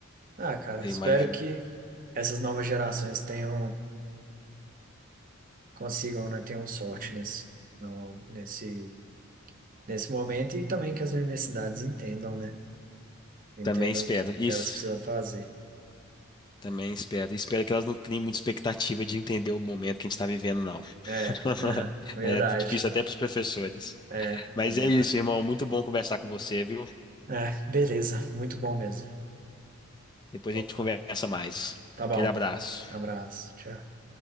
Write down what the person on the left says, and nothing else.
eu
imagino.
Também espero.
Isso,
também espero. E Espero que elas não criem muita expectativa de entender o momento que a gente está vivendo, não.
<laughs>
É
difícil até para os professores.
Mas
é isso, irmão. Muito bom conversar com você, viu?
Depois
a gente
conversa mais.
Aquele abraço.